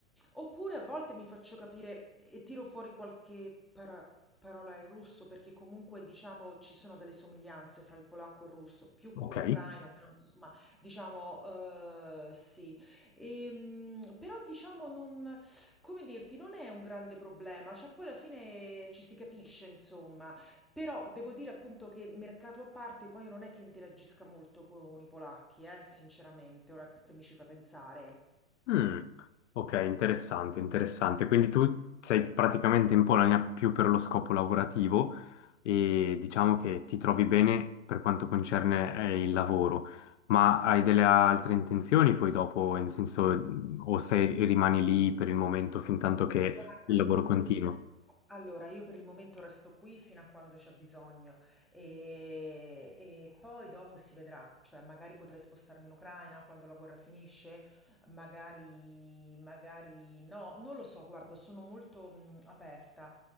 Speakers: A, in the centre; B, on the left (about 60°).
A: Oppure a volte mi faccio capire e tiro fuori qualche para- parola in russo perché comunque diciamo ci sono delle somiglianze fra il polacco e il russo, più
B: Ok.
A: con l'ucraino, però insomma diciamo eh, sì. Ehm, però diciamo non, come dirti, non è un grande problema, cioè poi alla fine ci si capisce insomma. Però devo dire appunto che mercato a parte poi non è che interagisca molto con i polacchi, eh, sinceramente, ora che mi ci fa pensare.
B: Mm, ok, interessante, interessante. Quindi tu sei praticamente in Polonia più per lo scopo lavorativo e diciamo che ti trovi bene per quanto concerne eh, il lavoro, ma hai delle altre intenzioni poi dopo, nel senso, o sei, rimani lì per il momento fin tanto che
A: Guarda,
B: il lavoro
A: mh,
B: continua?
A: allora io per il momento resto qui fino a quando c'è bisogno e, e poi dopo si vedrà, cioè magari potrei spostarmi in Ucraina quando la guerra finisce, magari, magari no, non lo so, guarda, sono molto mh, aperta.